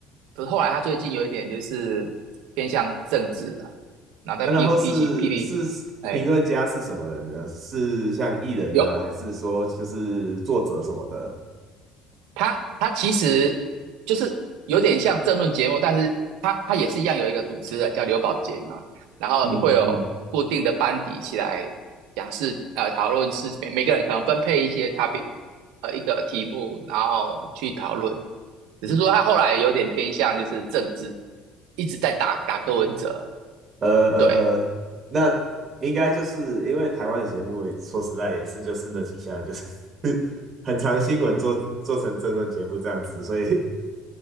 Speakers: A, on the right (about 85°); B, on the right (about 25°).
A: 可是后来他最近有一点就是偏向政治啊，然后在批批起批评，
B: 啊，然后是是评论家是什么人呢？
A: 哎，
B: 是像艺人啊，
A: 有
B: 还是说就是作者什么的？
A: 他他其实就是有点像政论节目，但是他他也是一样有一个主持人叫刘宝杰嘛，然后会有固定的班底起来
B: 嗯嗯。
A: 讲是呃，讨论是每每个人可能分配一些 topic，呃，一个题目，然后去讨论。只是说他后来有点偏向就是政治，一直在打打柯文哲，
B: 呃呃呃，
A: 对，
B: 那应该就是因为台湾的节目，说实在也是就是那几项，就是 <laughs> 很长新闻做做成政论节目这样子，所以